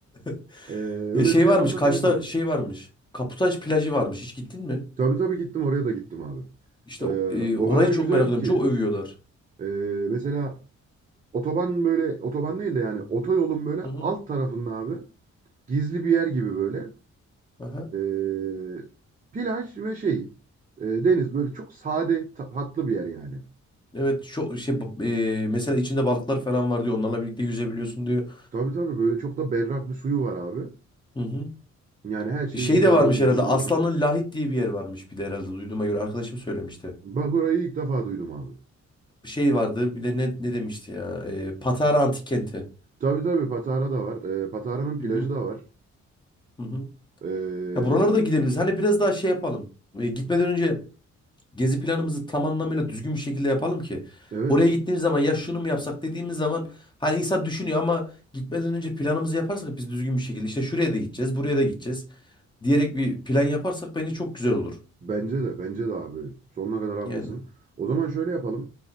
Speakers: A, on the left; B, on the right.
A: <laughs>
B: Ee, öyle
A: Ya şey
B: bir şey
A: varmış,
B: yaparsak
A: Kaş'ta
B: daha güzel olur.
A: şey varmış. Kaputaş plajı varmış. Hiç gittin mi?
B: Tabii tabii gittim oraya da gittim abi.
A: İşte
B: Ee,
A: e,
B: o
A: orayı
B: kadar güzel
A: çok merak ediyorum.
B: ki
A: Çok övüyorlar.
B: ee, mesela otoban böyle otoban değil de yani otoyolun böyle
A: Hı hı.
B: alt tarafında abi gizli bir yer gibi böyle
A: Aha.
B: ee, plaj ve şey ee, deniz böyle çok sade ta- tatlı bir yer yani.
A: Evet çok şey ba- e, mesela içinde balıklar falan var diyor. Onlarla birlikte yüzebiliyorsun diyor.
B: Tabii tabii böyle çok da berrak bir suyu var abi.
A: Hı hı.
B: Yani her şeyi
A: E, Şey
B: görebiliyorsun
A: de varmış herhalde.
B: edebiliyorsun.
A: Aslanlı Lahit diye bir yer varmış bir de herhalde. Duyduğuma göre arkadaşım söylemişti.
B: Bak orayı ilk defa duydum abi.
A: Şey vardı. Bir de ne ne demişti ya? E, Patara Antik Kenti.
B: Tabii tabii Patara da var. Ee, Patara'nın plajı
A: Hı hı.
B: da var.
A: Hı hı.
B: Ee,
A: Ya buralara da gidebiliriz. Hani biraz daha şey yapalım. E, gitmeden önce Gezi planımızı tam anlamıyla düzgün bir şekilde yapalım ki
B: evet.
A: oraya gittiğimiz zaman ya şunu mu yapsak dediğimiz zaman hani insan düşünüyor ama gitmeden önce planımızı yaparsak biz düzgün bir şekilde işte şuraya da gideceğiz, buraya da gideceğiz diyerek bir plan yaparsak bence çok güzel olur.
B: Bence de, bence de abi. Sonuna kadar haklısın.
A: Yani.
B: O zaman şöyle yapalım.